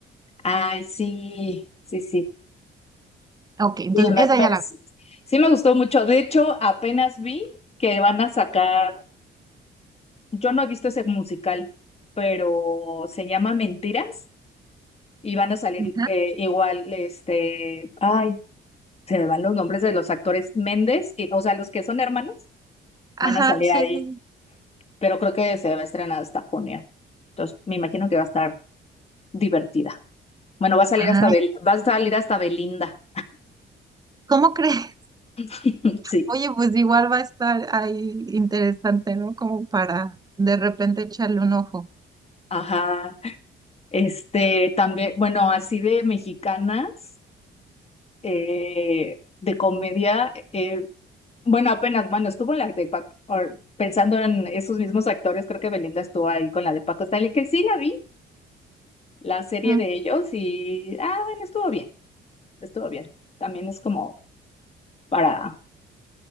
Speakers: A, on the left; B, on the right.
A: Ay, sí, sí, sí.
B: Ok, entonces
A: Y me-
B: esa
A: me-
B: ya la
A: sí sí me gustó mucho. De hecho, apenas vi que van a sacar, yo no he visto ese musical, pero se llama Mentiras y van a salir
B: vi. Ajá,
A: eh, igual, este, ay, se me van los nombres de los actores Méndez, y, o sea, los que son hermanos
B: Ajá,
A: van a salir
B: sí,
A: ahí,
B: sí.
A: pero creo que se va a estrenar hasta junio. Entonces, me imagino que va a estar divertida. Bueno, va a salir
B: Ay,
A: hasta Bel- va a salir hasta Belinda.
B: ¿cómo crees? <laughs>
A: <laughs> Sí,
B: Oye, pues igual va a estar ahí interesante, ¿no? Como para de repente echarle un ojo.
A: ajá. Este, también, bueno, así de mexicanas, eh, de comedia, eh, bueno, apenas, bueno, estuvo la de Paco, or- pensando en esos mismos actores, creo que Belinda estuvo ahí con la de Paco Stanley, que sí la vi, la serie
B: Mm,
A: de ellos y, ah, bueno, estuvo bien, estuvo bien. También es como para,